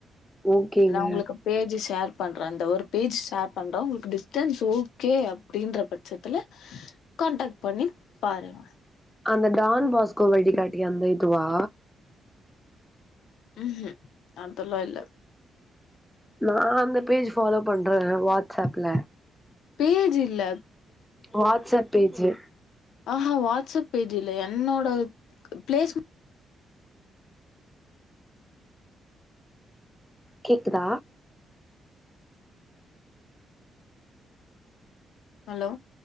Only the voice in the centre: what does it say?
ஓகேங்க
அந்த டான் பாஸ்கோ வழிகாட்டி அந்த இதுவா
நா அந்த பேஜ் ஃபாலோ பண்ற வாட்ஸ் ஏப்புல
வாட்ஸ் அப் பேஜு
கேக்குதா